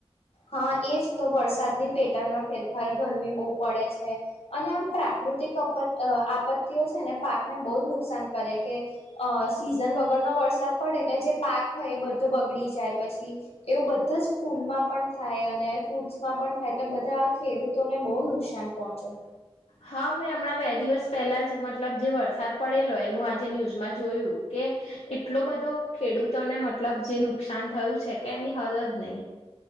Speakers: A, on the left; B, on the left.
A: હા એજ તો વરસાદની પેટાણમાં ફેરફાર ગરમી બહુ પડે છે અને આમ પ્રાકૃતિક આપત્તિઓ છે ને પાકને બહુ જ નુકસાન કરે કે સીઝન વગરનો વરસાદ પડે એટલે જે પાક હોય એ બધો બગડી જાય પછી એવું બધા જ ફૂલમાં પણ થાય અને ફ્રૂટ્સમાં પણ થાય એટલે બધા ખેડૂતોને બહુ નુકસાન પહોંચે
B: હા મેં હમણાં બે દિવસ પહેલા જ મતલબ જે વરસાદ પડેલો એનું આજે ન્યૂઝમાં જોયું કે એટલો બધો ખેડૂતોને મતલબ જે નુકસાન થયું છે કે એની હદ જ નહી